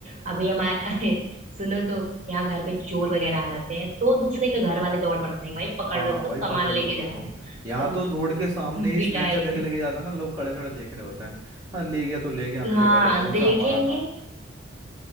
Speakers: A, on the right; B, on the right.
A: अभी हमारे <laughs> सुनो तो यहाँ घर पे चोर वगैरह आ जाते हैं तो दूसरे के घर वाले दौड़ पड़ते हैं भाई पकड़
B: हाँ
A: लो उसको
B: भाई
A: सामान
B: पकड़
A: लेके
B: लो पकड़
A: जा रहा
B: लो
A: है
B: यहाँ
A: तो
B: तो रोड के सामने ही
A: पिटाई
B: स्नेचर जगह लेके जाता है ना लोग खड़े खड़े देख रहे होते हैं हाँ ले गया तो ले गया हम
A: <laughs>
B: क्या
A: हाँ
B: करें कौन
A: देखेंगे
B: सा हमारा था